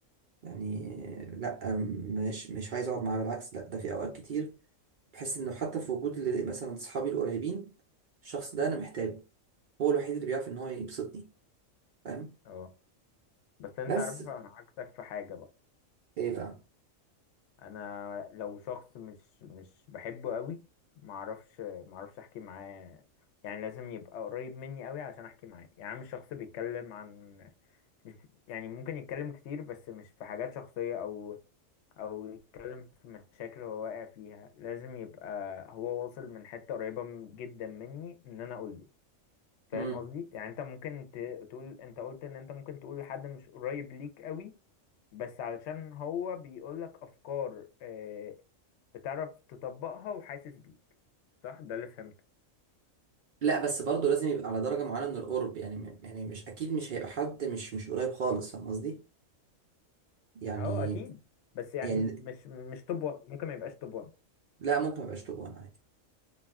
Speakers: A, on the right; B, on the left.
A: يعني لا مش مش عايز اقعد معاه بالعكس لا ده في اوقات كتير بحس انه حتى في وجود اللي- مثلا اصحابي القريبين الشخص ده انا محتاجه هو الوحيد اللي بيعرف ان هو يبسطني فاهم
B: اه بس انت
A: بس
B: عارف انا عكسك في حاجة بقى
A: ايه بقى
B: انا لو شخص مش مش بحبه قوي معرفش معرفش احكي معاه يعني لازم يبقى قريب مني قوي عشان احكي معاه يعني مش شخص بيتكلم عن مش يعني ممكن يتكلم كتير بس مش في حاجات شخصية أو أو يتكلم في مشاكل هو واقع فيها لازم يبقى هو واصل من حتة قريبة من- جدا مني إن أنا أقوله فاهم
A: امم
B: قصدي؟ يعني أنت ممكن ت- تقول أنت قلت إن أنت ممكن تقول لحد مش قريب ليك قوي بس علشان هو بيقولك أفكار آه، بتعرف تطبقها وحاسس بيك صح؟ ده اللي فهمته
A: لا بس برضه لازم يبقى على درجة معينة من القرب يعني م- يعني مش أكيد مش هيبقى حد مش مش قريب خالص فاهم قصدي؟ يعني
B: أه أكيد بس يعني
A: يعني
B: مش مش توب 1 ممكن ما يبقاش توب 1
A: لا ممكن ميبقاش طوبان عادي